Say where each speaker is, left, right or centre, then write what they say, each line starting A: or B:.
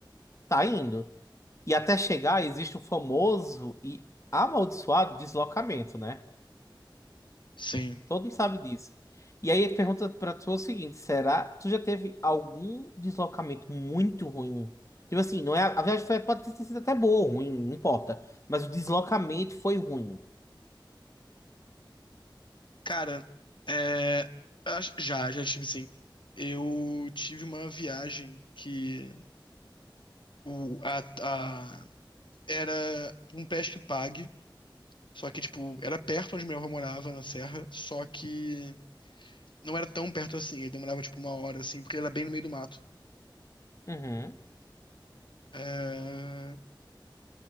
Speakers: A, on the left; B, on the left.
A: tá indo. E até chegar, existe o famoso e amaldiçoado deslocamento, né?
B: sim.
A: Todo mundo sabe disso. E aí ele pergunta pra tu é o seguinte: será tu já teve algum deslocamento muito ruim? Tipo assim, não é, a viagem foi, pode ter sido até boa ou ruim, não importa. Mas o deslocamento foi ruim.
B: Cara, é, acho- já, já tive sim. Eu tive uma viagem que o, a, a- era um pesque pague, só que, tipo, era perto onde minha avó morava, na serra, só que não era tão perto assim, ele demorava, tipo, uma hora, assim, porque ele era bem no meio do mato.
A: Uhum.
B: É,